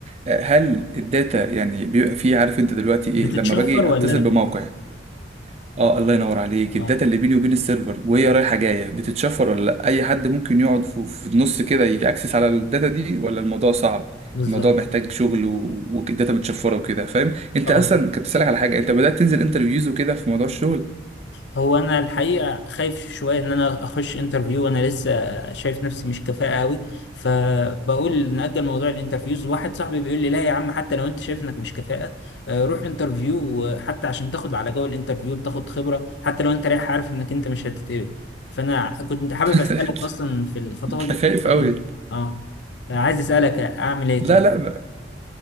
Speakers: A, on the right (about 35°); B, on the left (about 60°).
A: آه، هل الداتا يعني بيبقى فيه عارف انت دلوقتي ايه
B: بتتشفر
A: لما باجي
B: ولا
A: اتصل
B: لا
A: بموقع اه الله ينور عليك الداتا
B: آه،
A: اللي بيني وبين السيرفر وهي رايحه جايه بتتشفر ولا لأ؟ اي حد ممكن يقعد في في النص كده ياكسس على الداتا دي ولا الموضوع صعب
B: بالظبط
A: الموضوع محتاج شغل و- والداتا متشفره وكده فاهم انت
B: اه
A: اصلا كنت بسالك على حاجه انت بدات تنزل انترفيوز وكده في موضوع الشغل
B: هو انا الحقيقه خايف شويه ان انا اخش انترفيو وانا لسه شايف نفسي مش كفاءه قوي فبقول نأجل موضوع الانترفيوز واحد صاحبي بيقول لي لا يا عم حتى لو انت شايف انك مش كفاءه آه، روح انترفيو حتى عشان تاخد على جو الانترفيو بتاخد خبره حتى لو انت رايح عارف انك انت مش هتتقبل فانا كنت حابب
A: <laughs>
B: اسالك اصلا في الخطوات
A: انت خايف
B: دي
A: قوي
B: اه عايز اسالك اعمل ايه
A: لا
B: طيب
A: لا ب-